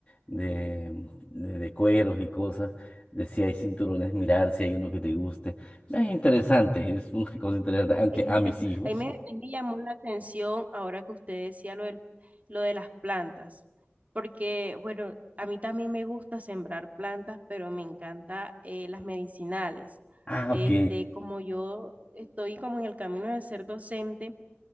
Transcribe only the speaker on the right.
Es interesante.
Ahí me, ahí me llamó la atención ahora que usted decía lo del- lo de las plantas, porque bueno, a mí también me gusta sembrar plantas, pero me encanta eh, las medicinales.
Este,
como yo estoy como en el camino de ser docente,